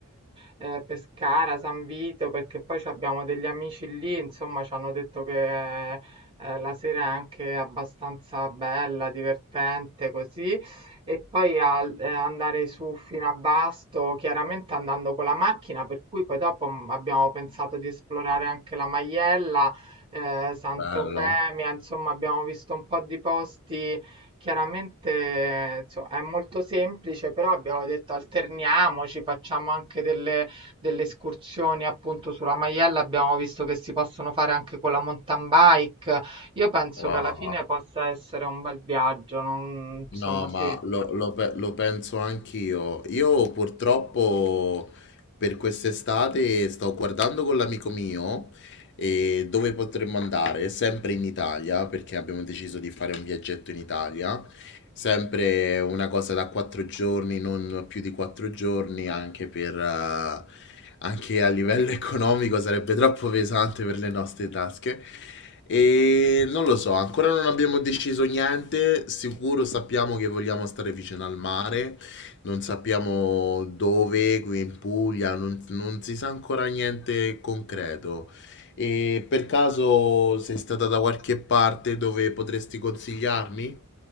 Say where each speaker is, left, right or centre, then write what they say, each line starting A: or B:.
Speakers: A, on the right; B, on the left.
A: eh, Pescara, San Vito, perché poi ci abbiamo degli amici lì, insomma, ci hanno detto che eh, la sera è anche abbastanza bella, divertente, così. E poi al- eh, andare su fino a Basto, chiaramente andando con la macchina, per cui poi dopo mm, abbiamo pensato di esplorare anche la Maiella, eh, Sant'Eufemia,
B: bello.
A: insomma, abbiamo visto un po' di posti Chiaramente, inso è molto semplice, però abbiamo detto alterniamoci, facciamo anche delle delle escursioni appunto sulla Maiella, abbiamo visto che si possono fare anche con la mountain bike. Io penso
B: Wow.
A: che alla fine possa essere un bel viaggio, non- insomma,
B: No, ma
A: sì.
B: lo lo pe lo penso anch'io. Io purtroppo per quest'estate stavo guardando con l'amico mio, e dove potremmo andare? Sempre in Italia, perché abbiamo deciso di fare un viaggetto in Italia. Sempre una cosa da quattro giorni, non più di quattro giorni, anche per, eh, anche a livello <laughs> economico sarebbe troppo pesante per le nostre tasche. E non lo so, ancora non abbiamo deciso niente. Sicuro sappiamo che vogliamo stare vicino al mare, non sappiamo dove, qui in Puglia, non, non si sa ancora niente concreto. E per caso sei stata da qualche parte dove potresti consigliarmi?